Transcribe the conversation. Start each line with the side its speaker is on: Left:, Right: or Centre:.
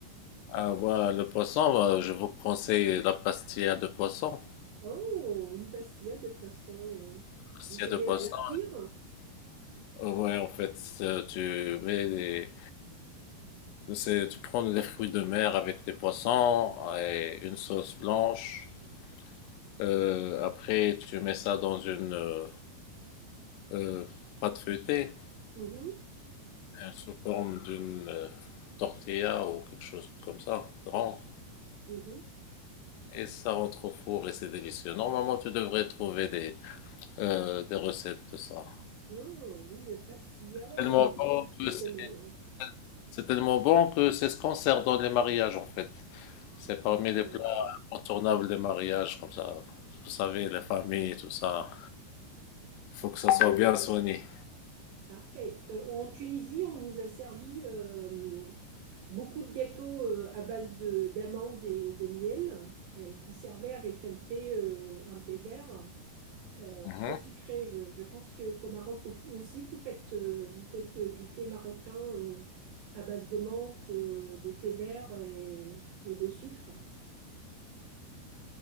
Left: Ah, voilà, le poisson, bah, je vous conseille la pastilla de poisson.
Right: Oh, une pastillade de poisson. euh.
Left: Pastilla
Right: Vous savez
Left: de poisson.
Right: la faire cuire?
Left: Euh, Ouais, en fait, euh, tu mets des. c'est- Tu prends des fruits de mer avec des poissons et une sauce blanche. Euh, après, tu mets ça dans une euh, euh, pâte feuilletée.
Right: Mhm,
Left: euh, sous forme d'une euh, tortilla ou quelque chose comme ça, rentre
Right: mhm.
Left: et ça rentre au four et c'est délicieux. Normalement, tu devrais trouver des, euh, des recettes de ça.
Right: Oh, une pastilla
Left: Tellement
Right: euh,
Left: bon
Right: aux fruits
Left: que c'est
Right: de mer.
Left: c'est tellement bon que c'est ce qu'on sert dans les mariages en fait. C'est parmi
Right: Ah.
Left: les plats incontournables des mariages comme ça. Vous savez, les familles, tout ça. Il faut que ça soit bien soigné.
Right: Parfait. Euh, en Tunisie, on nous a servi euh, beaucoup de gâteaux euh, à base de d'amandes et de miel et qui servaient avec un thé, euh, un thé vert euh,
Left: Mhm.
Right: très sucré. Je, je pense que qu'au Maroc au- aussi, vous faites, euh, vous faites euh, du thé marocain euh, à base de menthe, euh, de thé vert et, et de sucre.